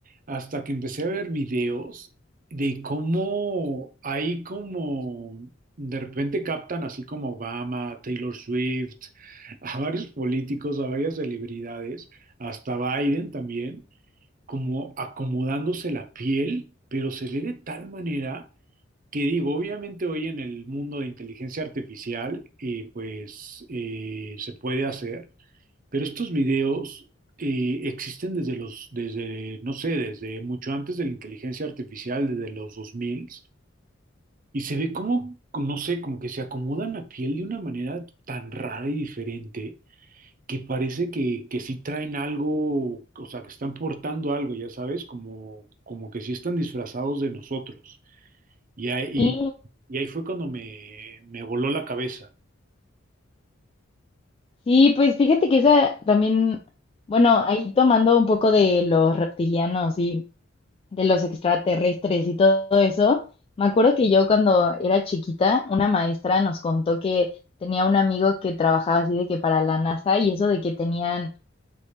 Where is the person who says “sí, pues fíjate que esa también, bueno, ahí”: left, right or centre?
Left